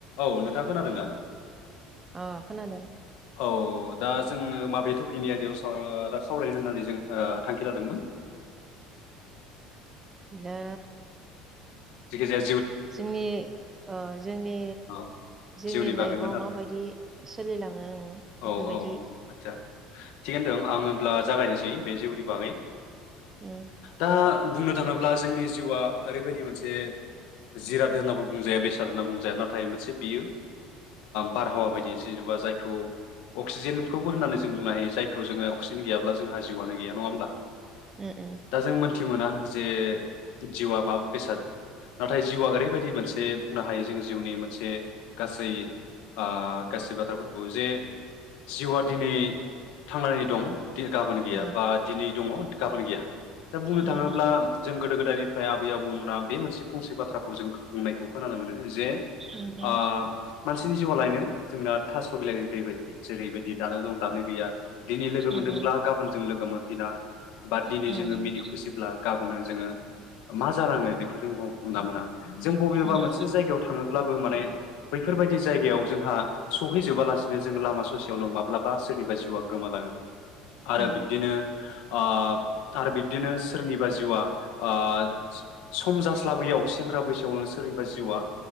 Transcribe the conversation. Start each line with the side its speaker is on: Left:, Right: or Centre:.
Left: औ नोंथाङा खोनादोंना?
Right: अ खोनादो।
Left: औ दा जोङो माबे थफिकनि आयदायाव साव- सावरायनो ओ होननानै जों थांखि लादोमोन।
Right: नो
Left: जिखिजाया
Right: जोंनि ओ जोंनि
Left: औ
Right: जोंनि
Left: जिउनि
Right: लाइफआव
Left: बागैमोन आरोना
Right: माबायदि सोलिलाङो ओं बेफोरबायदि।
Left: औ औ औ आदसा थिगानो दं आं होमब्ला जागायनोसै बे जिउनि बागै
Right: उम
Left: दा बुंनो थाङोब्ला जोंनि जिउआ ओरैबायदि मोन से जिराद होनाबो बुंजाया बेसाद होनना बुंजाया नाथाय ओ बियो बारहावा बायदि जेनेबा जायखौ अक्सिजेनखौबो होननानै जों बुंनो हायो जायखौ जोङो अक्सिजेन गैयाब्ला जोंहा जिउआनो गैया नङा होमब्ला।
Right: उम
Left: दा जों मोनथि मोना जे जिउआ मा बेसाद? नाथाय जिउआ ओरैबायदि मोनसे बुंनो हायो जों जिउनि मोनसे गासै ओ गासै बाथ्राफोरखौ जे जिउआ दिनै थांनानै दं। दि गाबोन गैया
Right: उम
Left: बा दिनै दङ गाबोन गैया। दा बुंनो थाङोब्ला
Right: उम
Left: जों गोदो गोदायनिफ्राय आबै आबौ <unintelligible> बे मोनसे फंसे बाथ्राखौ जों बुंनायखौ खोनानो मोनो जे
Right: उम उम
Left: ओ मानसिनि जिउआ लायनो जोंना थास' बिलाइनि दै बायदि जेरैबायदि दानो दं दानो गैया। दिनै लोगो
Right: उम
Left: मोनदोंब्ला
Right: उम
Left: गाबोनजों लोगो मोनफिना बा दिनै
Right: उम
Left: जोङो मिनि खुसिब्ला गाबोनो जोङो मा जालाङो बेखौ जों ह-हमना मोना जों बबेबा
Right: उम
Left: मोनसे जायगायाव थाङो ब्लाबो माने बैफोरबायदि जायगायाव जोंहा सहैजोबालासिनो जों लामा ससेयावनो माब्लाबा सोरनिबा जिउआ गोमालाङो। आरो
Right: उम
Left: बिदिनो ओ आरो बिब्दिनो सोरनिबा जिउआ ओ सु सम जास्लाबैयाव सेंग्रा बैसोआवनो सोरनिबा जिउआ